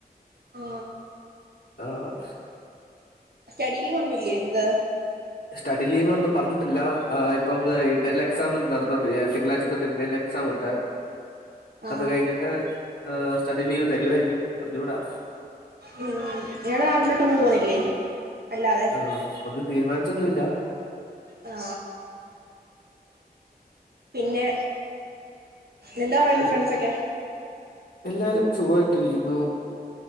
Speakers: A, on the right; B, on the left.
A: ആ
B: ആ്
A: സ്റ്റഡി ലീവ് ഒന്നൂല്ലേ നിങ്ങക്ക്
B: സ്റ്റഡി ലീവ് ഒന്നും പറഞ്ഞിട്ടില്ല ഇപ്പം ഇന്റേൽ എക്സാം നടന്നോണ്ട് തിങ്കളാഴ്ച തൊട്ട് ഇൻറ്റേണൽ എക്സാം ഉണ്ട്
A: ആ
B: അത് കഴിഞ്ഞിട്ട് ഹ് സ്റ്റഡി ലീവ് തരുമായിരിക്കും അറിഞ്ഞുകൂടാ
A: ഉം ഇയാളെ നാട്ടിലോട്ടൊന്നും പോന്നില്ലേ അല്ലാതെ
B: ആഹ് ഒന്നും തീരുമാനിച്ചൊന്നുല്ല
A: ആ പിന്നെ എന്താ പറയുന്നു
B: പി
A: ഫ്രണ്ട്സൊക്കെ
B: എല്ലാരും സുഖമായിട്ടിരിക്കുന്നു